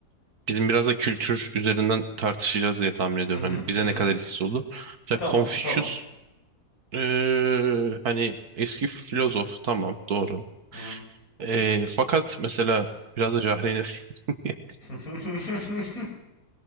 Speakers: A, on the right (about 70°); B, on the left (about 60°).
A: bizim biraz da kültür üzerinden tartışacağız diye tahmin ediyorum.
B: Hı hı
A: Hani bize
B: hı. hı.
A: ne kadar etkisi oldu. Mesela
B: Tamam
A: Confucius
B: tamam.
A: eee, hani eski filozof tamam doğru.
B: Hı hı.
A: Eee, fakat mesela biraz da cahilane <laughs>
B: <laughs>